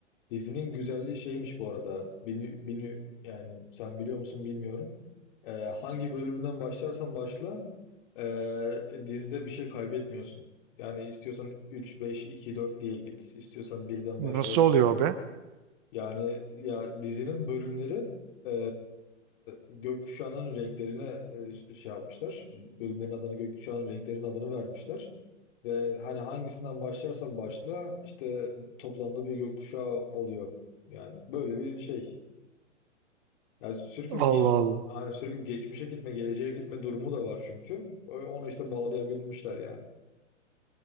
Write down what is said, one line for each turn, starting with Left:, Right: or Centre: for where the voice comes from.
Left: Dizinin güzelliği şeymiş bu arada. Bini, bini, yani sen biliyor musun bilmiyorum. Ee, hangi bölümden başlarsan başla ee, dizide bir şey kaybetmiyorsun. Yani istiyorsan 3 5 2 4 diye git. İstiyorsan birden
Right: Nasıl
Left: başla sonra.
Right: oluyor o be?
Left: Yani ya dizinin bölümleri e, gökkuşağının renklerine e, şey yapmışlar. Bölümlerin adını gökkuşağının renklerinin adını vermişler. Ve hani hangisinden başlarsan başla işte toplamda bir gökkuşağı oluyor. Yani böyle bir şey. Yani sürekli bir geç
Right: Allah Allah.
Left: hani sürekli bir geçmişe gitme, geleceğe gitme durumu da var çünkü. O- Onu işte bağlayabilmişler yani.